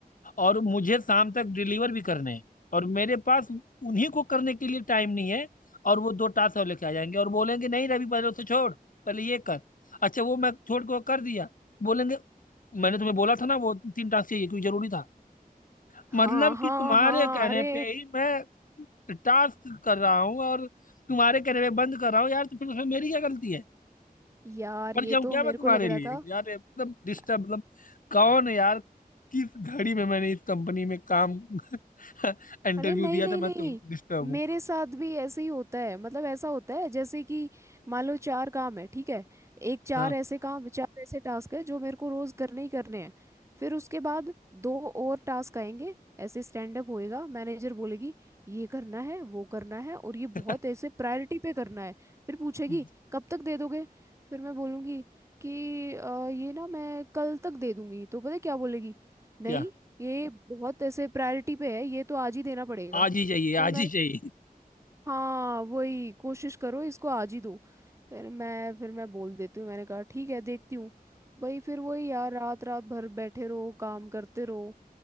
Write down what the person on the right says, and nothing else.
हाँ
हाँ
हाँ
अरे
यार
ये
तो
मेरे
को लग रहा
था
<laughs>
अरे नहीं
नहीं
नहीं
मेरे साथ भी ऐसे ही होता है मतलब ऐसा होता है जैसे कि मान लो चार काम है ठीक है एक चार
ऐसे काम चार ऐसे टास्क है जो मेरे को रोज करने ही करने हैं फिर उसके बाद दो और टास्क आएंगे ऐसे स्टैंड अप होएगा मैनेजर बोलेगी ये करना है वो करना है और ये
बहुत ऐसे प्रायोरिटी पे करना है फिर पूछेगी
कब तक दे दोगे फिर मैं बोलूँगी कि "अ, ये ना मैं कल तक दे दूंगी तो पता है क्या बोलेगी नहीं
ये बहुत ऐसे प्रायोरिटी पे है ये तो आज ही देना पड़ेगा
फिर
मैं
हाँ वही कोशिश करो इसको आज ही दो फिर मैं फिर मैं बोल देती हूँ मैंने कहा ठीक है देखती हूँ भाई फिर वही यार रात रात भर बैठे रहो काम करते रहो